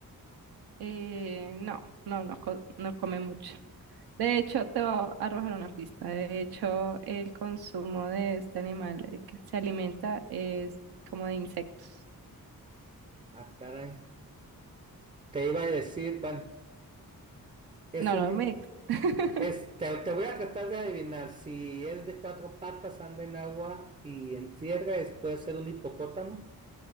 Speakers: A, on the right; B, on the right.
A: Eh, no, no, no, co- no come mucho. De hecho, te voy a arrojar una pista. De hecho, el consumo de este animal eh, que se alimenta es como de insectos.
B: Ah, caray. Te iba a decir, bueno, es
A: No,
B: un,
A: no
B: di-
A: me... ex. <laughs>
B: Este, te voy a tratar de adivinar si es de cuatro patas, anda en agua y en tierra, es- puede ser un hipopótamo.